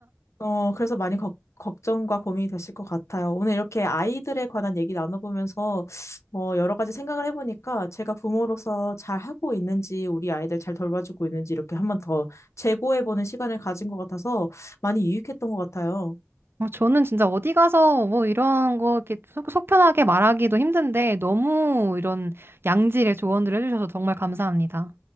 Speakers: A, on the left; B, on the right.
A: 어, 그래서 많이 걱 걱정과 고민이 되실 것 같아요. 오늘 이렇게 아이들에 관한 얘기 나눠보면서 어, 여러 가지 생각을 해보니까 제가 부모로서 잘 하고 있는지 우리 아이들 잘 돌봐주고 있는지 이렇게 한번 더 재고해보는 시간을 가진 것 같아서 많이 유익했던 것 같아요.
B: 어, 저는 진짜 어디 가서 뭐 이런 거 이렇게 속, 속 편하게 말하기도 힘든데 너무 이런 양질의 조언들을 해주셔서 정말 감사합니다.